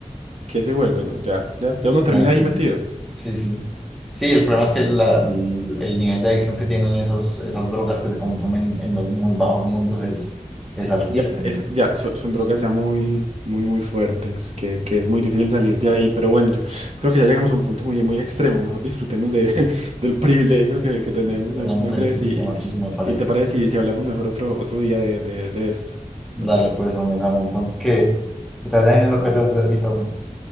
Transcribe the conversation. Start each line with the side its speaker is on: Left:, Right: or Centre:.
Right: ¿qué se vuelve? No, ya, ya, ya uno termina
Centre: ay, sí,
Right: ahí metido.
Centre: sí, sí. Sí, el problema es que la- el, el nivel de adicción que tienen esos, esas drogas que se consumen en los muy bajos mundos es, es altísimo.
Right: Ya, es, ya, so- son drogas ya muy, muy, muy fuertes, que, que es muy difícil salir de ahí, pero bueno, yo creo que ya llegamos a un punto muy, muy extremo, mejor disfrutemos de, <laughs> del privilegio que, que tenemos,
Centre: Pero
Right: ¿no?
Centre: Tenemos
Right: ¿No
Centre: en
Right: crees?
Centre: este sistema,
Right: Y,
Centre: así se me parece.
Right: y te parece si, si hablamos mejor otro, otro día de, de, de esto,
Centre: Dale,
Right: no sé,
Centre: pues, no me Entonces, que te vaya bien en lo que hayas de servir, Tommy.